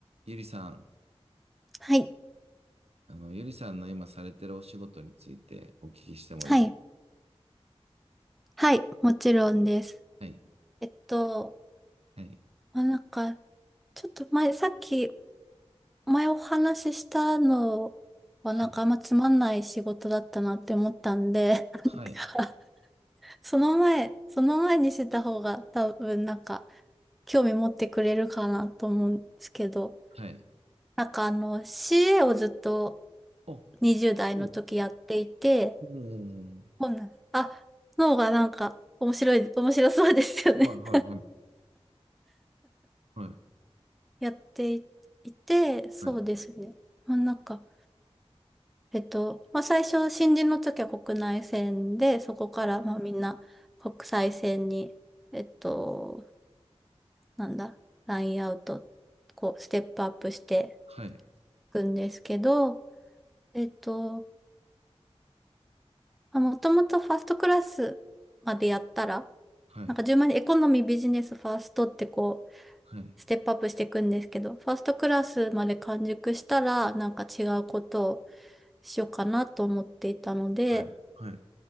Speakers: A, on the right (about 70°); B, in the centre.
A: ゆりさん、
B: はい。
A: あの、ゆりさんの今されてるお仕事についてお聞きしてもいいですか
B: はい。はい。もちろんです。
A: はい、
B: えっと、
A: はい、
B: まあ、なんか、ちょっと前、さっき、前お話ししたのは、
A: はい、
B: なんかあんまつまんない仕事だったなって思ったんで、なんか、
A: はい、
B: その前、その前にしてた方が多分なんか、興味持ってくれるかなと思うんですけど、
A: はい。
B: なんかあの、CA をずっと
A: あ、
B: 20代の時やっていて、
A: うんうん
B: こんなあ、の方がなんか面白い、面白そうですよね。
A: はい、はい、はい、
B: やってい、いて、そうですね。
A: はい、
B: まあ、なんか、えっと、まあ、最初、新人の時は国内線で、そこから、まあ、みんな国際線に、えっと、なんだ、ラインアウト、こう、ステップアップして
A: はい、
B: いくんですけど、えっと、まあ、もともとファーストクラスまでやったら、
A: はい、
B: なんか順番にエコノミー、
A: はい、
B: ビジネス、ファーストってこう、
A: はい、はい、
B: ステップアップしていくんですけど、ファーストクラスまで完熟したら、なんか違うことを、しようかなと思っていたので、
A: はい、はい、はい